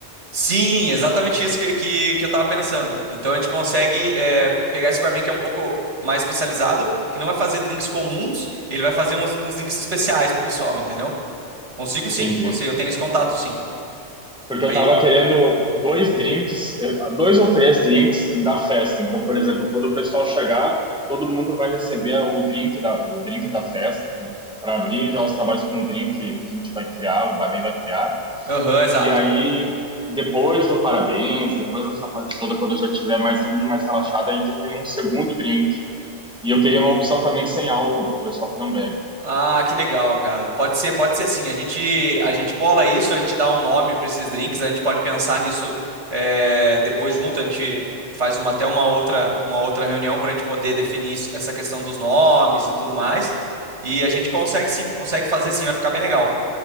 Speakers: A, on the right; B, in the centre.
A: Sim, exatamente isso que, que, que eu tava pensando. Então a gente consegue é, pe- pegar esse barman que é um pouco mais especializado, que não vai fazer drinks comuns, ele vai fazer uns, uns drinks especiais pro pessoal, entendeu? Consigo sim,
B: Entendi.
A: consigo, eu tenho esse contato sim.
B: Porque
A: Aí,
B: eu tava querendo dois drinks, eu- dois ou três drinks da festa. Então, por exemplo, quando o pessoal chegar, todo mundo vai receber o drink da, o drink da festa, né? Para abrir já os trabalhos com o drink que a gente vai criar, o barman vai criar.
A: aham, exato.
B: E aí, depois do parabéns, depois dessa parte toda, quando já tiver mais todo mundo mais relaxado, aí já tem um segundo drink E eu queria uma opção também sem álcool para o pessoal que não bebe.
A: Ah, que legal, cara. Pode ser, pode ser sim. A gente, a gente bola isso, a gente dá um nome para esses drinks, a gente pode pensar nisso eh, depois junto, a gente faz uma, até uma outra, uma outra reunião para a gente poder definir isso- essa questão dos nomes e tudo mais. E a gente consegue sim, consegue fazer sim, vai ficar bem legal.